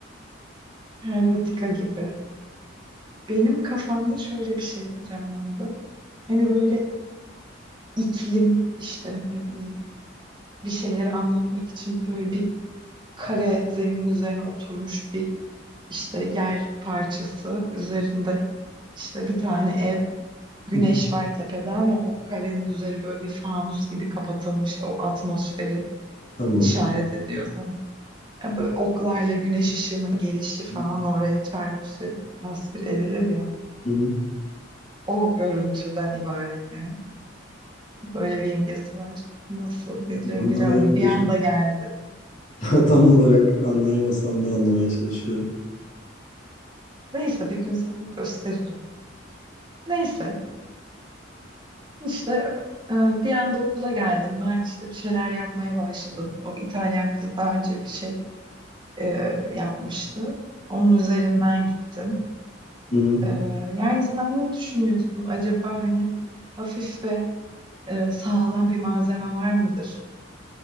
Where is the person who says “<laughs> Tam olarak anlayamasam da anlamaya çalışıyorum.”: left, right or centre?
Left